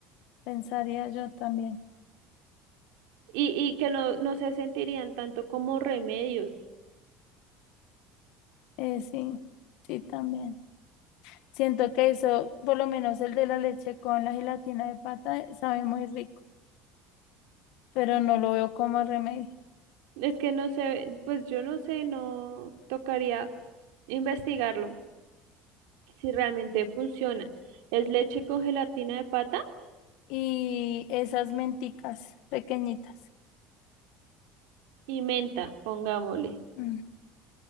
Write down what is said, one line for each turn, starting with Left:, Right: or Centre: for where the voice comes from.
Left: pensaría yo también.
Right: Y, y que no, no se sentirían tanto como remedios.
Left: Eh, sí, sí, también. Siento que eso, por lo menos el de la leche con la gelatina de pata, sabe muy rico, pero no lo veo como remedio.
Right: Es que no sé, pues yo no sé, no tocaría investigarlo si realmente funciona. Es leche con gelatina de pata
Left: Y esas menticas pequeñitas.
Right: y menta, pongámosle.
Left: mm,